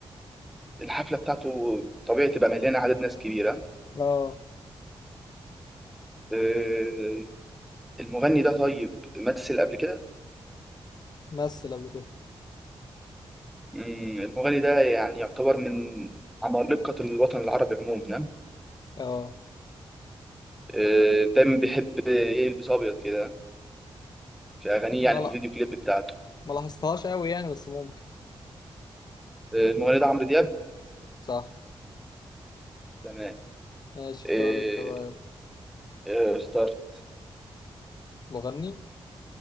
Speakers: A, in the centre; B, on the left.
A: الحفله بتاعته طبيعي تبقى مليانه عدد ناس كبيره
B: اه
A: آه، المغني ده طيب مثل قبل كده
B: مثل قبل كده
A: مم، المغني ده يعني يعتبر من عمالقه الوطن العربي عموما
B: اه
A: آه، دايما بيحب يلبس ابيض كده في اغانيه
B: ما
A: يعني
B: لا
A: في الفيديو كليب بتاعته
B: ما لاحظتهاش قوي يعني بس ممكن
A: آه، المغني ده عمرو دياب
B: صح
A: تمام
B: ماشي اختار
A: آه،
B: انت بقى
A: آه، اخترت
B: مغني